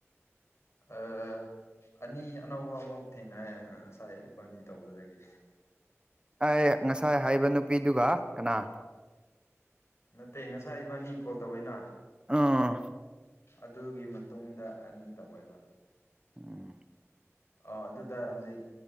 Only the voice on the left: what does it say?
ꯑ ꯑꯅꯤ ꯑꯅꯧꯕ ꯑꯃꯨꯛ ꯊꯦꯡꯅꯌꯦꯦ ꯉꯁꯥꯏ ꯏꯕꯥꯅꯤ ꯇꯧꯕꯗꯒꯤ
ꯅꯠꯇꯦ ꯉꯁꯥꯏ ꯏꯕꯥꯅꯤ ꯀꯣꯜ ꯇꯧꯋꯦꯅ
ꯑꯗꯨꯒꯤ ꯃꯇꯨꯡꯗ ꯑꯅꯤ ꯇꯧꯋꯦꯕ
ꯑꯥ ꯑꯗꯨꯗ ꯍꯧꯖꯤꯛ